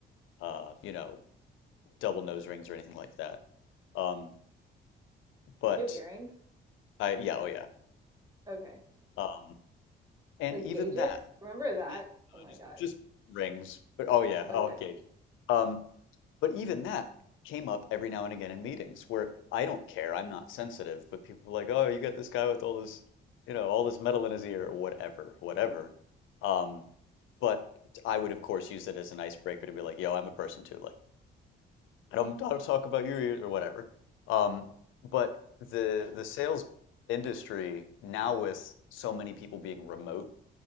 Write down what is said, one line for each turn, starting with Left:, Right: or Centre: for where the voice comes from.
Left: uh, you know, double nose rings or anything like that. Um, but
Right: Do you have earrings?
Left: I yeah, oh yeah.
Right: Okay.
Left: Um,
Right: <laughs>
Left: And
Right: like
Left: even
Right: gauges?
Left: that,
Right: Remember that?
Left: even that, uh,
Right: Oh my
Left: just
Right: God.
Left: just rings. But oh yeah, oh,
Right: Okay.
Left: okay. Um, but even that came up every now and again in meetings where I don't care, I'm not sensitive, but people were like, oh, you got this guy with all this, you know, all this metal in his ear, or whatever, whatever.
Right: <laughs>
Left: Um, but I would of course use it as an icebreaker to be like, yo, I'm a person too. Like, I don't, I don't talk about your ears or whatever. Um, but the the sales industry now with so many people being remote